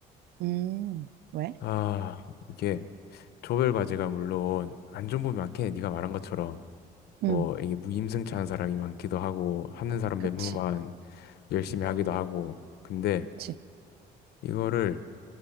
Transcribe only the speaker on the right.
음, 왜?
응,
그치,
그치,